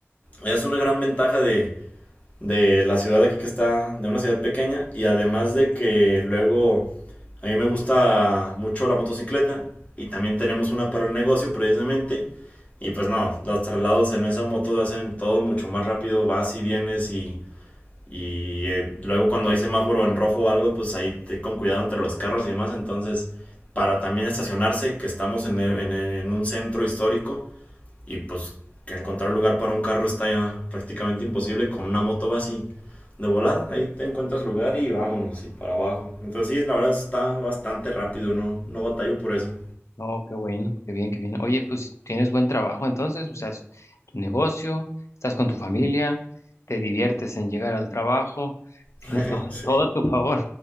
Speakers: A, on the left (about 30°); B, on the left (about 75°).
A: es una gran ventaja de, de la ciudad aquí que está, de una ciudad pequeña. Y además de que luego a mí me gusta mucho la motocicleta y también tenemos una para el negocio precisamente. Y pues no, los traslados en esa moto te hacen todo mucho más rápido, vas y vienes y y eh, luego cuando hay semáforo en rojo o algo, pues ahí te- con cuidado entre los carros y demás. Entonces, para también estacionarse, que estamos en, e, en en un centro histórico y pues que encontrar lugar para un carro está ya prácticamente imposible. Con una moto va así de volada, ahí te encuentras lugar y vámonos y para abajo. Entonces, sí, la verdad está bastante rápido, no, no batallo por eso.
B: No, qué bueno, qué bien, qué bien. Oye, pues tienes buen trabajo entonces, o sea, es tu negocio, estás con tu familia, te diviertes en llegar al trabajo, tienes
A: <laughs>
B: to- <laughs>
A: Sí,
B: todo, a tu favor.